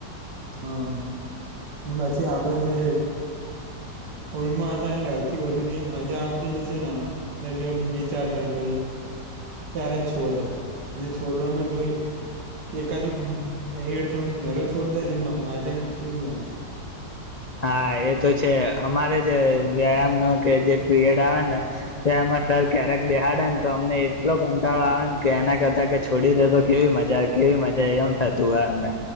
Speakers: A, on the right; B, on the left.
A: હમ, પછી આપડે જે હોલમાં હતા, એટલેથી વધુ જે મજા આવતી ની છે, ને આમાં કે વિચારતા ભાઈ ક્યારે છોડે પ છોડવામાં જો એકાદું થોડું, નેલો છોડ માજાને, ક યાદ
B: હા, એ તો છે, અમારે જે વ્યાયામ નો કે જે પીરિયડ આવે, ને તેમાં સર ક્યારેક દહાડે, ને તો અમને એટલો, કંટાળો આવે ને કે એના કરતા કે છોડી દેતો કેવી મજા, કેવી મજા એમ થતું હોય, અમને